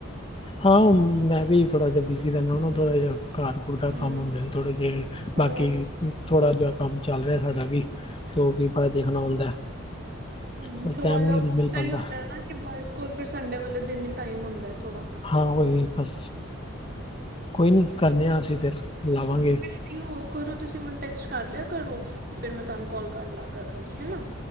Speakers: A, on the left; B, on the right.
A: ਹਾਂ ਮੈਂ ਵੀ, ਥੋੜ੍ਹਾ ਜਿਹਾ ਬਿਜ਼ੀ ਰਹਿੰਨਾ ਹੁੰਨਾ, ਥੋੜ੍ਹਾ ਜਿਹਾ ਘਰ ਸਕੂਲ ਦਾ
B: ਹਮ
A: ਕੰਮ ਹੁੰਦੇ ਨੇ ਥੋੜ੍ਹੇ ਜਿਹੇ,
B: ਹਮ
A: ਬਾਕੀ ਥੋੜਾ ਜਿਹਾ ਕੰਮ ਚੱਲ ਰਿਹਾ ਸਾਡਾ ਵੀ ਤੋ ਉਹ ਵੀ ਆਪਾਂ ਦੇਖਣਾ ਹੁੰਦਾ,
B: ਹਮ
A: ਪਰ
B: ਥੋੜਾ
A: ਟਾਈਮ
B: ਜਿਹਾ
A: ਨੀ ਮਿਲ ਪਾਂਦਾ
B: ਇਹੀ ਹੁੰਦਾ ਹੈ ਨਾ ਕਿ ਬੋਆਏਸ ਕੋਲ ਫਿਰ, ਸੰਡੇ ਵਾਲੇ ਦਿਨ ਈ ਟਾਈਮ ਹੁੰਦਾ ਥੋੜ੍ਹਾ
A: ਹਾਂ ਉਹ ਹੀ ਬਸ ਕੋਈ ਨੀ, ਕਰਨੇ ਆ, ਅਸੀਂ ਫਿਰ ਲਵਾਂਗੇ
B: ਬਈ ਉਹ ਕਰੋ, ਤੁਸੀਂ ਮੈਨੂੰ ਟੈਕਸਟ ਕਰ ਲਿਆ ਕਰੋ, ਫੇਰ ਮੈਂ ਤਾਨੂੰ ਕੋਲ ਕਰ ਲਿਆ ਕਰਾਂਗੀ, ਹਨਾ